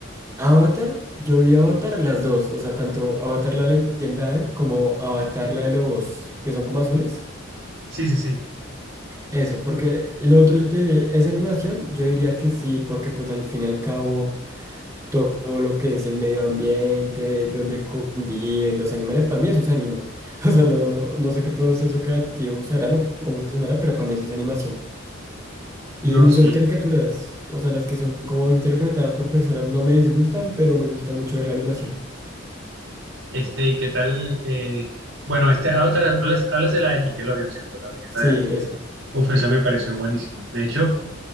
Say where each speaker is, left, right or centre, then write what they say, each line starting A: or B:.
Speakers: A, on the right; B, on the right.
A: Avatar, yo vi Avatar las dos, o sea, tanto Avatar la leyenda como Avatar la de los que son como azules.
B: Sí, sí, sí.
A: Eso, porque lo otro yo te diré, esa animación, yo diría que sí, porque pues al fin y al cabo to- todo, lo que es el medio ambiente, donde conviven los animales, para mí eso se anima. <laughs> O sea, no, no, no sé qué proceso creativo usarán o cómo se llamará, pero para mí eso es animación. Y
B: No,
A: muchas
B: sí.
A: caricaturas, o sea, las que son como interpretadas por personas no me disgustan, pero me gusta mucho ver la animación.
B: Este, ¿y qué tal? eh, bueno, este, ah, otra- hablas, hablas de la de Nickelodeon, ¿cierto? La leyenda
A: Sí,
B: de antes.
A: esa.
B: Uf, esa me pareció buenísima. De hecho,